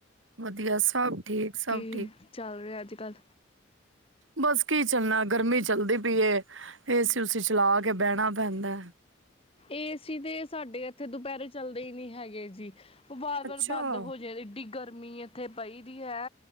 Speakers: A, on the right; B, on the left.
A: ਵਧੀਆ ਸਭ ਠੀਕ ਸਭ
B: ਕੀ
A: ਠੀਕ
B: ਚੱਲ ਰਿਹਾ ਅਜ ਕੱਲ
A: ਬਸ ਕੀ ਚੱਲਣਾ ਗਰਮੀ ਚੱਲਦੀ ਪਈਏ ਏਸੀ ਸੀ ੳਸੀ ਚਲਾ ਕੇ ਬਹਿਣਾ ਪੈਂਦਾ ਹੈ
B: ਏ ਸੀ ਤੇ ਸਾਡੇ ਇੱਥੇ ਦੁਪਹਿਰੇ ਚੱਲਦੇ ਹੀ ਨਹੀਂ ਹੈਗੇ ਜੀ ਉਹ ਵਾਰ ਵਾਰ
A: ਅੱਛਾ
B: ਬੰਦ ਹੋ ਜਾਏ ਇਏਡੀ ਗਰਮੀ ਇੱਥੇ ਪਈਦੀ ਹੈ